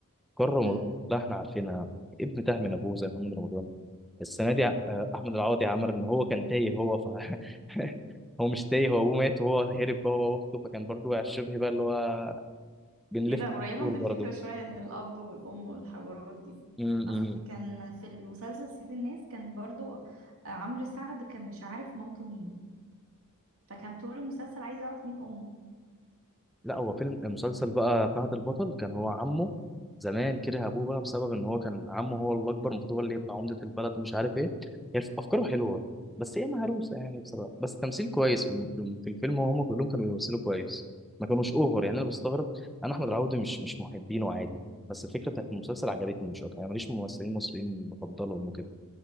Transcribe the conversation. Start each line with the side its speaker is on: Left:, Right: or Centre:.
Centre: قرر رمضان
Right: أمم.
Centre: لا إحنا عارفينها ابن تاه من أبوه زي محمد رمضان السنة دي آه، أحمد العوضي عمل إن هو كان تايه هو ف <laughs> هو مش تايه هو أبوه مات وهو هرب بقى هو وأخته فكان برضه شبه بقى اللي هو بنلف
Right: ايه ده قريبة
Centre: دور
Right: من
Centre: برضه
Right: الفكرة شوية ان الاب والام والحوارات دي
Centre: امم
Right: اصل كان في المسلسل سيد الناس كان برضو عمرو سعد كان مش عارف مامته مين فكان طول المسلسل عايز يعرف مين امه
Centre: لا هو فيلم المسلسل بقى فهد البطل كان هو عمه زمان كره ابوه بقى بسبب ان هو كان عمه هو الاكبر المفروض هو اللي يبقى عمده البلد ومش عارف ايه هي الف- افكاره حلوه بس هي مهروسه يعني بصراحه بس تمثيل كويس في الم- في الم- في الفيلم وهم كلهم كانوا بيمثلوا كويس ما كانوش اوفر يعني انا بستغرب انا احمد العوضي مش مش محبينه عادي بس الفكره بتاعت المسلسل عجبتني مش اكتر انا ماليش ممثلين مصريين بفضلهم وكده